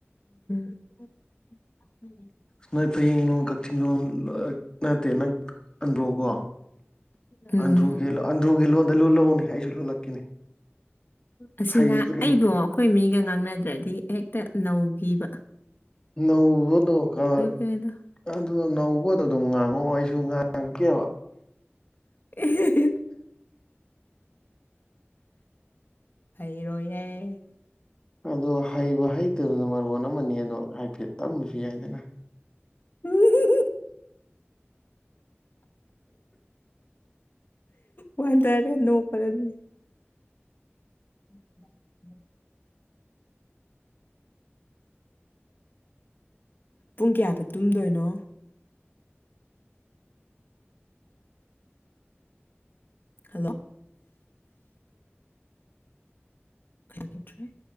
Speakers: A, on the left; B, on the left.
A: <unintelligible>
B: ꯅꯣꯏ ꯐꯌꯦꯡꯂꯣꯡ ꯀꯛꯆꯤꯡꯂꯣꯝ ꯅꯠꯇꯦ ꯅ ꯑꯟꯗ꯭ꯔꯣꯀꯣ
A: ꯎꯝ
B: ꯑꯟꯗ꯭ꯔꫭꯒꯤ ꯑꯟꯗ꯭ꯔꫭꯒꯤ ꯂꯣꯟꯗ ꯂꯨꯜꯂꯛꯎꯅꯦ ꯑꯩꯁꯨ ꯂꯣꯜꯂꯛꯀꯦꯅꯦ
A: ꯑꯁꯤ
B: ꯍꯩꯕ꯭ꯔꯤ
A: ꯉꯥ ꯑꯩꯗꯣ ꯑꯩꯈꯣꯏ ꯃꯤꯒ ꯉꯥꯡꯅꯗ꯭ꯔꯗꯤ ꯍꯦꯛꯇ ꯅꯧꯘꯤꯕ
B: ꯅꯧꯕꯗꫭ ꯀꯥ
A: ꯀꯩꯗ
B: ꯂꫭꯟ ꯅꯧꯕꯗꯣ ꯑꯗꯨꯝ ꯉꯥꯡꯉꯛꯑꯣ ꯑꯩꯁꯨ ꯉꯥꯡꯉꯛꯀꯦꯕ
A: ꯑꯦ <unintelligible> ꯍꯩꯔꫭꯏꯌꯦ
B: ꯑꯗꯣ ꯍꯩꯕ ꯍꯩꯇꯕꯅ ꯃꯔꯣꯟ ꯑꯃꯅꯤ ꯑꯗꯣ ꯍꯥꯏꯐꯦꯠ ꯇꯝꯃꯁꯨ ꯌꯥꯏꯗꯅ
A: <unintelligible> ꯋꯥꯟꯗꯔꯦ ꯅꯣꯛꯄꯔꯅꯤ <inaudible> ꯄꯨꯡ ꯀꯌꯥꯗ ꯇꯨꯝꯗꯣꯏꯅꯣ ꯍꯜꯂꯣ ꯀ꯭ꯔꯦ <unintelligible>